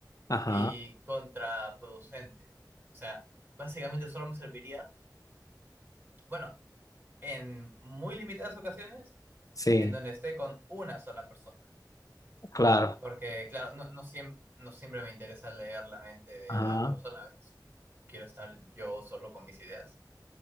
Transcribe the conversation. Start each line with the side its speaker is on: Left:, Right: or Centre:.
Left: Ajá,
Right: y contraproducente. O sea, básicamente solo me serviría. Bueno, en muy limitadas ocasiones
Left: sí,
Right: en donde esté con una sola persona.
Left: claro.
Right: Porque, claro, no, no, siem- no siempre me interesa leer la mente de
Left: Ajá.
Right: la otra persona, a veces quiero estar yo solo con mis ideas.